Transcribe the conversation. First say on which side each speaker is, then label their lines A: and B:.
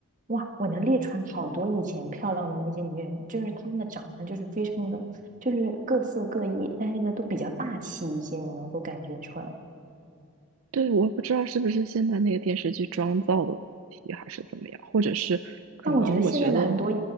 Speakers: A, on the right (about 35°); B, on the right (about 75°).
A: 哇，我能列出来好多以前漂亮的那些女演员，就是她们的长相就是非常的，就是各色各异，但是呢都比较大气一些，你能够感觉出来。
B: 对，我不知道是不是现在那个电视剧妆造的问题，还是怎么样，或者是可能我觉得
A: 但我觉得现在的很多